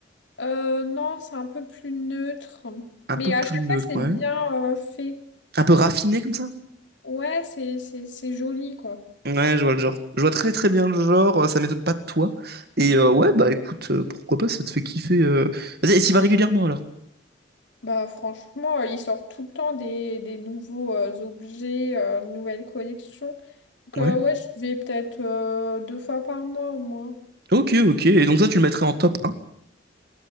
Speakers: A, on the left; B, on the right.
A: Euh, non, c'est un peu plus neutre.
B: Un
A: Mais
B: peu plus
A: à chaque
B: neutre,
A: fois, c'est
B: ouais.
A: bien euh, fait.
B: Un peu raffiné comme ça?
A: Ouais, c'est, c'est, c'est joli, quoi.
B: Ouais, je vois le genre. Je vois très très bien le genre, euh, ça m'étonne pas de toi. Et euh, ouais, bah écoute, euh, pourquoi pas, ça te fait kiffer. euh. Vas-y, et t'y vas régulièrement alors?
A: Bah franchement, euh, ils sortent tout le temps des, des nouveaux euh, objets, euh, nouvelles collections. Donc,
B: Ouais.
A: euh, ouais, j'y vais peut-être euh, deux fois par mois au moins.
B: Ok, ok. Et donc ça, tu le mettrais en top un